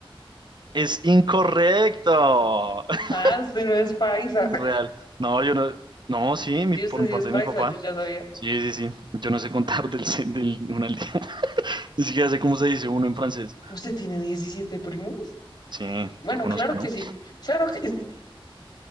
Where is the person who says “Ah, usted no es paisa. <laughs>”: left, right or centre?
Left